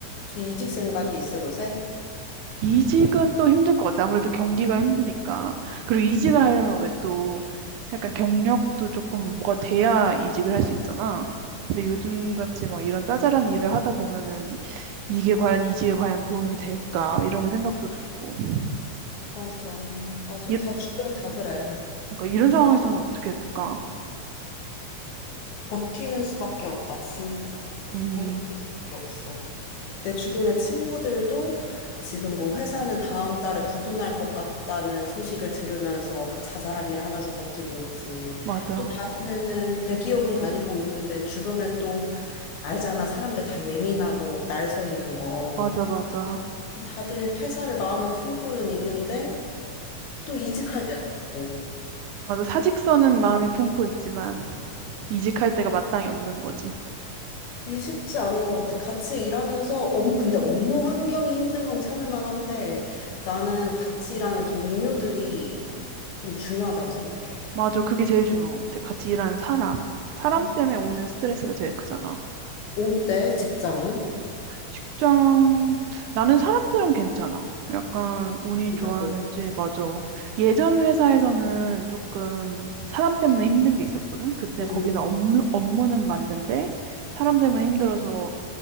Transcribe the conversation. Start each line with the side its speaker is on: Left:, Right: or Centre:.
Left: 이직 생각이 있어, 요새?
Right: 이직은 또 힘들 것 같아. 아무래도 경기가 힘드니까. 그리고 이직을 하려면 왜 또 약간 경력도 조금 뭐가 돼야 이직을 할 수 있잖아. 근데 요즘 같이 막 이런 짜잘한 일을 하다 보면은 이게 과연 이직에 과연 도움이 될까 이런 생각도 들고.
Left: 맞아, 맞아.
Right: 이,
Left: 다 주변에 다 그래.
Right: 그러니까 이런 상황에서는 어떻게 될까?
Left: 버티는 수밖에 없다, 진짜.
Right: 음,
Left: 버티는 수밖에 없어. 내 주변의 친구들도 지금 뭐 회사는 다음 달에 부도날 것 같다는 소식을 들으면서 그 자잘한 일을 하면서 버티고 있지.
Right: 맞아.
Left: 또 다른 애는 대기업은 다니고 있는데 주변에 또 알잖아. 사람들 다 예민하고 날 서 있는 거.
Right: 맞아, 맞아.
Left: 다들 퇴사를 마음에 품고는 있는데 또 이직할 때도 있고.
Right: 맞아. 사직서는 마음에 품고 있지만 이직할 때가 마땅히 없는 거지.
Left: 이게 쉽지 않은 것 같아. 같이 일하면서, 업, 근데 업무 환경이 힘든 건 참을 만한데, 나는 같이 일하는 동료들이 좀 중요하다고 생각해.
Right: 맞아. 그게 제일 중요한 것 같아. 같이 일하는 사람. 사람
Left: 아,
Right: 때문에 오는 스트레스가 제일 크잖아.
Left: 어때, 직장은?
Right: 직장, 나는 사람들은 괜찮아. 약간 운이
Left: 이다
Right: 좋았는지,
Left: 보.
Right: 맞아. 예전 회사에서는 조금 사람 때문에 힘든 게 있었거든. 그때
Left: 음,
Right: 거기는 업무, 업무는 맞는데 사람 때문에 힘들어서